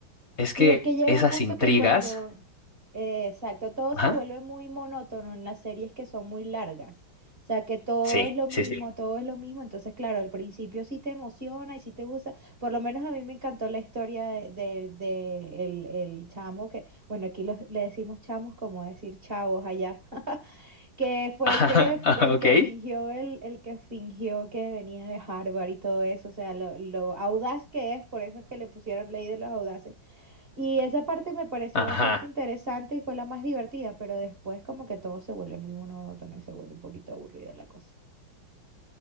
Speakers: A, on the left; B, on the right.
A: es
B: Sí,
A: que
B: es que llega
A: esas
B: un punto
A: intrigas,
B: que cuando, eh, exacto, todo
A: ajá,
B: se vuelve muy monótono en las series que son muy largas. O sea, que todo
A: sí,
B: es lo mismo,
A: sí, sí.
B: todo es lo mismo. Entonces, claro, al principio sí te emociona y sí te gusta. Por lo menos a mí me encantó la historia de, de- de el, el chamo que, bueno, aquí los- le decimos chamos como decir chavos allá, <laughs> que fue
A: Ajá,
B: el que,
A: <laughs> ajá,
B: el
A: ok.
B: que fingió, el, el que fingió que venía de Harvard y todo eso. O sea, lo, lo audaz que es, por eso es que le pusieron ley de los audaces y esa parte me pareció
A: Ajá.
B: bastante interesante y fue la más divertida, pero después como que todo se vuelve muy monótono y se vuelve un poquito aburrida la cosa.